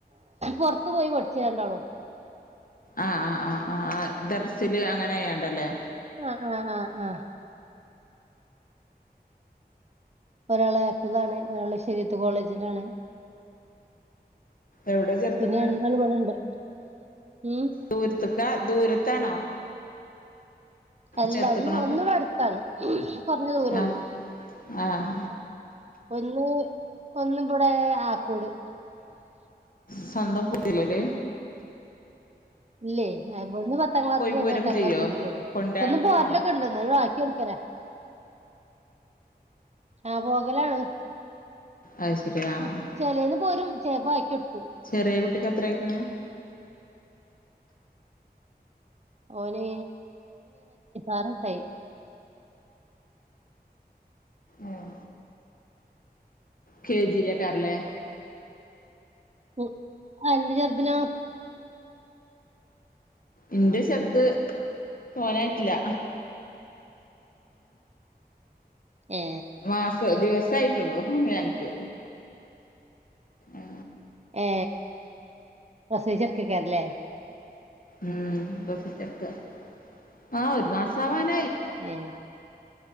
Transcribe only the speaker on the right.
പുറത്ത് പോയി പഠിച്ച ര ണ്ടാളും.
ആഹ് ആഹ് ആഹ് ആഹ്. ഒരാളെ ആഫിദ് ആണ് ഒരാള് ഷേ രിയത്ത് കോളേജിലാണ്.
പിന്നെ രണ്ടാള് ഇവിടെ ഉണ്ട് ഉം
അല്ല
ഒന്ന് ഒന്നുവിടെ അടുത്താണ് കുറഞ്ഞ ദൂരോള്ളൂ
ഒന്ന് ഒന്ന്‌ ഇവിടെ ആക്കോട്.
ഇല്ലേ ഹ് ഒന്ന് പത്താം ക്ലാസിലും
ഒന്ന് എട്ടാം
ക്ലസ് എത്തിട്ടുള്ളൂ
സ്വന്തം പ്പോരല്
ഒക്കെ ഉണ്ട് എന്നാലും ചുടുക്കാനെ. ആഹ് പോകലാണ്
ചേലെന്ന് പോരും. <unintelligible>
ഓന് ആറുവയസായി.
ഉം അന്റെ ചെറുതിനോ
ഏ
ഏ പ്രസവിച്ചു കിടക്കുവാണല്ലേ
ഏ